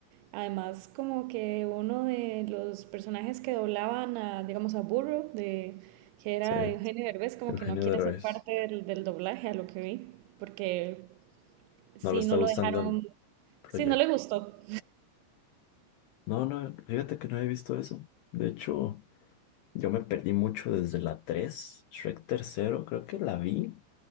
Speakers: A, on the right; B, on the left.
A: Además, como que uno de los personajes que doblaban a, digamos, a Burro, de, que era
B: Sí,
A: Eugenio Derbez, como
B: Eugenio
A: que no quiere
B: Derbez.
A: ser parte del, del doblaje, a lo que vi, porque sí
B: No le está
A: no
B: gustando
A: lo dejaron,
B: el Proyecto.
A: sí no le gustó.
B: No, no, fíjate que no he visto eso. De hecho, yo me perdí mucho desde la 3 Shrek tercero, creo que la vi,